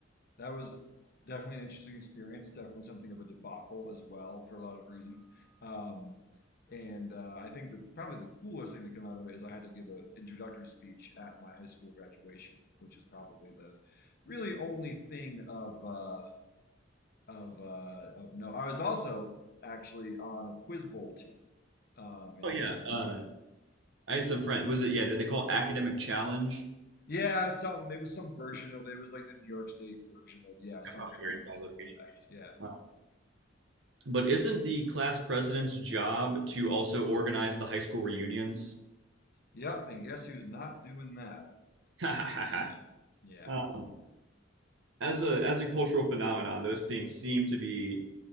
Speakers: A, on the left; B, on the right.
A: that was definitely an interesting experience. Definitely something of a debacle as well for a lot of reasons. Um, and uh, I think the probably the coolest thing to come out of it is I had to give an introductory speech at my high school graduation, which is probably the really only thing of uh, of uh, of no. I was also actually on a quiz bowl team um, in
B: Oh
A: high
B: yeah.
A: school
B: Uh,
A: too.
B: I had some friend. Was it yeah? Did they call it academic challenge?
A: Yeah, something. It was some version of it was like the New York State version of yeah, something
B: That probably varies
A: something
B: by
A: to
B: location.
A: that effect. Yeah.
B: Oh. But isn't the class president's job to also organize the high school reunions?
A: Yep, and guess who's not doing that?
B: <laughs>
A: Yeah. Yeah.
B: Uh, as a as a cultural phenomenon, those things seem to be